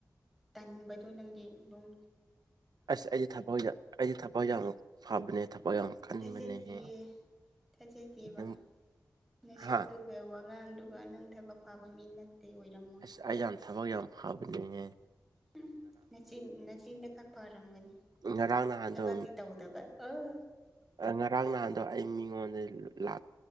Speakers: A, in the centre; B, on the right.
A: ꯇꯟꯕꯗꯣ ꯅꯪꯗꯤ ꯑꯗꯨꯝ
B: ꯑꯁ ꯑꯩꯗꯤ ꯊꯕꯛ ꯌꯥꯝ ꯑꯩꯗꯤ ꯊꯕꯛ ꯌꯥꯝꯅ ꯐꯕꯅꯦ ꯊꯕꯛ ꯌꯥꯝ ꯀꯟꯕꯅꯦꯍꯦ
A: ꯊꯥꯖꯗꯤꯌꯦ ꯊꯥꯖꯗꯦꯕ
B: ꯅꯪ
A: ꯅꯥꯁꯛꯇꯨ
B: ꯍꯥ
A: ꯒ ꯋꯥꯉꯥꯡꯗꯨꯒ ꯅꯪ ꯊꯕꯛ ꯐꯥꯕ ꯃꯤ ꯅꯠꯇꯦ ꯑꯣꯏꯔꯝꯃꯣꯏ
B: ꯑꯁ ꯑꯩ ꯌꯥꯝ ꯊꯕꯛ ꯌꯥꯝ ꯐꯕꯅꯤꯍꯦ
A: ꯎꯝ ꯅꯆꯤꯟ ꯅꯆꯤꯟꯗ ꯈꯛ ꯐꯔꯝꯒꯅꯤ
B: ꯉꯔꯥꯡ ꯅꯍꯥꯟꯗꯣ
A: ꯊꯕꯛꯇꯤ ꯇꯧ ꯗꯕ ꯑꯣ
B: ꯉꯔꯥꯡ ꯅꯍꯥꯟꯗꯣ ꯑꯩ ꯃꯤꯉꯣꯟꯗ ꯂꯥꯛ